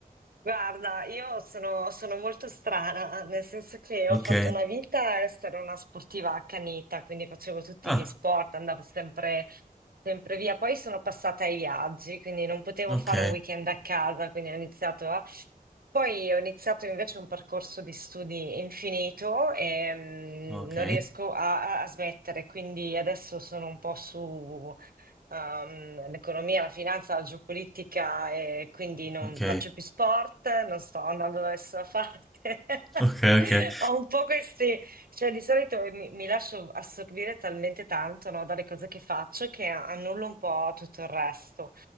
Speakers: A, on the right (about 70°); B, in the centre.
A: Guarda, io sono, sono molto strana, nel senso che
B: Ok.
A: ho fatto una vita a essere una sportiva accanita, quindi facevo tutti
B: Ah,
A: gli sport, andavo sempre, sempre via. Poi sono passata ai viaggi, quindi non potevo
B: ok,
A: fare un weekend a casa, quindi ho iniziato a... Poi ho iniziato invece un percorso di studi infinito e mm,
B: ok,
A: non riesco a, a- a smettere, quindi adesso sono un po' su ehm, l'economia, la finanza, la geopolitica e quindi non
B: ok,
A: faccio più sport, non sto andando da nessuna parte. <laughs>
B: ok, ok,
A: Ho un po' questi, cioè di solito mi, mi lascio assorbire talmente tanto, no, dalle cose che faccio che annullo un po' tutto il resto.